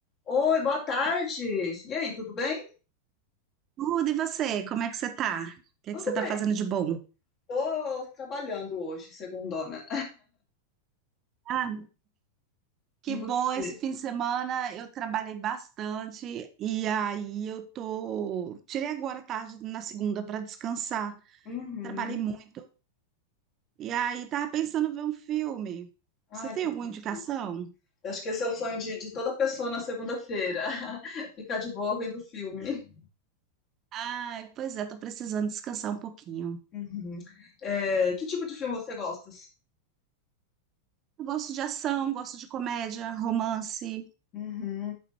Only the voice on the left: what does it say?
Oi, boa tarde. E aí, tudo bem?
Tudo
bem.
Tô trabalhando hoje, segundona.
E você?
Uhum.
Ai,
que
delícia.
Eu acho que esse é o sonho de, de toda pessoa na segunda-feira. <laughs> Ficar de boa vendo filme.
Uhum. É, que tipo de filme você gosta?
Uhum.